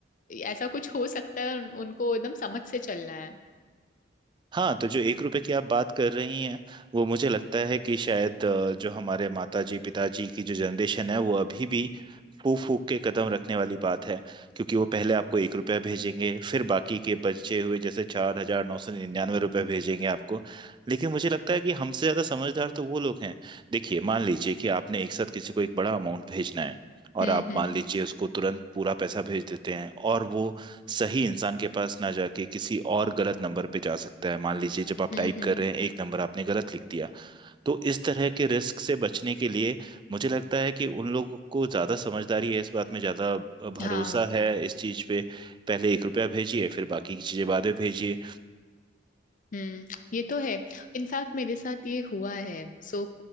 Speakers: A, on the left (about 45°); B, on the right (about 25°).
A: ऐसा कुछ हो सकता है उन, उनको एकदम समझ से चलना है
B: हाँ तो जो एक रुपए की आप बात कर रही हैं वो मुझे लगता है कि शायद अ, जो हमारे माता जी पिताजी की जो जनरेशन है वो अभी भी फूक फूक के कदम रखने वाली बात है क्योंकि वो पहले आपको एक रुपया भेजेंगे फिर बाकी के बचे हुए जैसे चार हजार नौ सौ निन्यानवे रुपये भेजेंगे आपको लेकिन मुझे लगता है कि हमसे ज़्यादा समझदार तो वो लोग हैं देखिए मान लीजिए कि आपने एक साथ किसी को एक बड़ा अमाउंट भेजना है और
A: हम्म
B: आप
A: हम्म
B: मान लीजिए उसको तुरंत पूरा पैसा भेज देते हैं और वो सही इंसान के पास ना जाके किसी और गलत नंबर पे जा सकता है मान लीजिए जब आप
A: हम्म
B: टाइप
A: हम्म
B: कर रहे हैं एक नंबर आपने गलत लिख दिया तो इस तरह के रिस्क से बचने के लिए मुझे लगता है कि उन लोगों को ज़्यादा समझदारी है इस बात में ज़्यादा भरोसा
A: हाँ
B: है इस चीज़ पे पहले एक रुपया भेजिए फिर बाकी की चीज़ें बाद में भेजिए
A: हम्म ये तो है इनफैक्ट मेरे साथ ये हुआ है सो